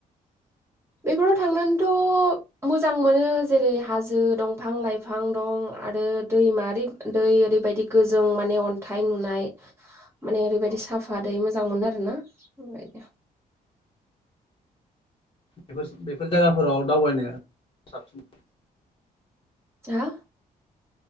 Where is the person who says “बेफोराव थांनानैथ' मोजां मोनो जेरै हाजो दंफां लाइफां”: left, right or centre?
Right